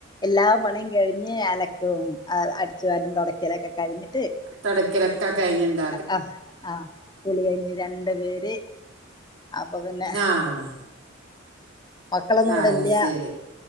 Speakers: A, on the left (about 20°); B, on the right (about 75°).
A: എല്ലാ പണിയും കഴിഞ്ഞ് അലക്കും അടിച്ചു കാലും തുടക്കലൊക്കെ കഴിഞ്ഞ്
B: തുടക്കിലൊക്കെ കഴിഞ്ഞിണ്ട
A: ആ ആ കുളികഴഞ്ഞി രണ്ടു പേര് അപ്പൊ പിന്നെ
B: ആഹ്
A: മക്കളൊന്നും ഇവിടെ
B: അത്
A: ഇല്ല
B: ശരി